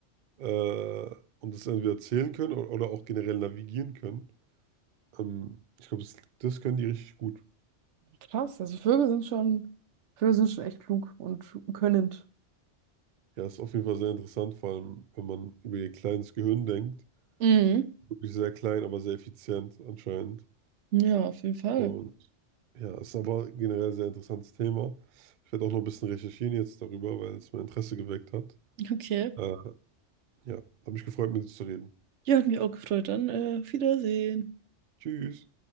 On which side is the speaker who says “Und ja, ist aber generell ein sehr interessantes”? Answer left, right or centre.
Right